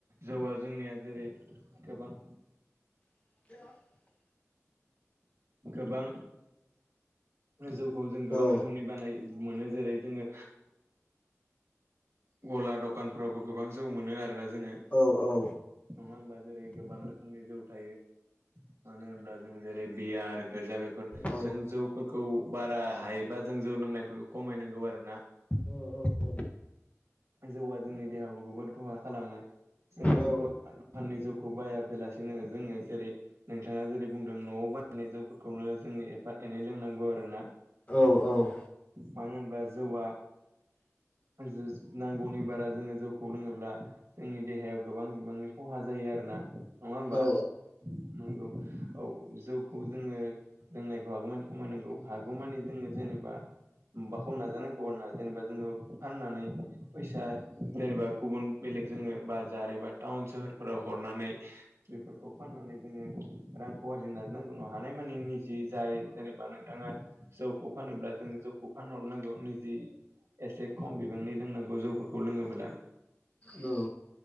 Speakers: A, on the right; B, on the left.
A: जौआ जोंनिया जेरै गोबां
B: <unintelligible>
A: गोबां जौखौ जों गोबां
B: औ
A: रोखोमनि बानाय मोनो जेरै जोङो गला दखानफोरावबो गोबां जौ मोनो आरोना जोङो। नङा
B: औ औ
A: होमबा? जेरै गोबां रोखोमनि जौ थायो मानो होनब्ला जों जेरै बियार गोजा बेफोर
B: औ
A: जों जौफोरखौ बारा हाय। बा जों जौ लोंनायफोरखौ खमायनांगौ आरो ना।
B: औ औ औ।
A: जौआ जोंनि देहाखौ जबोद खहा खालामो जोङो
B: औ
A: जों ग खौ बायाफैलासिनो जोङो जेरै नोंथाङा जेरै बुंदों नआव बायनानै जौ खौनो जोङो एफा एनै लोंनांगौ आरो ना।
B: औ औ
A: मानो होनोबा जौआ जो नांगौनि बारा जोङो जौखौ लोङोब्ला जोंनि देहायाव गोबां बिबांनि खहा जायो आरोना। नङा होमबा
B: औ
A: नंगौ औ जौखौ जोङो लोंनायखौ' हागौमानि खमायनांगौ हागौमानि जोङो जेनेबा माबाखौ नाजानांगौ आर ना जेनेबा जोङो। फाननानै फैसा जेनेबा गुबुन बेलेग जोङो बा जार एबा टाउन सोहोरफोराव हरनानै बेफोरखौ फाननानै जोङो रांखौ आरजि नाजानांगौ न' हानाय मानि निजि जाय जेनेबा नोंथाङा जौखौ फानोब्ला जोंङ जौखौ फानहरनांगौ निजि एसे खम बिबांनि लोंनांगौ। गोजौफोरखौ लोङोब्ला
B: औ